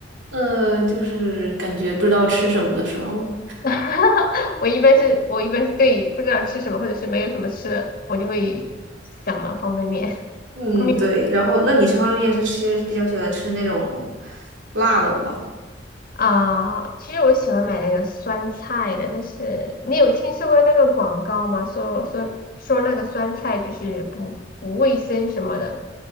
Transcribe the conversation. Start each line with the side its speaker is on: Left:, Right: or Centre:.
Right: 呃，就是感觉不知道吃什么的时候，
Left: <laughs> 我一般是我一般是对不知道吃什么或者是没有什么吃的，我就会想了方便面。
Right: 嗯，
Left: 方便面
Right: 对。然后，那你这方面是吃比较喜欢吃那种辣的吗？
Left: 啊，其实我喜欢买那个酸菜的，但是你有听说过那个广告吗？说说说那个酸菜就是不不卫生什么的。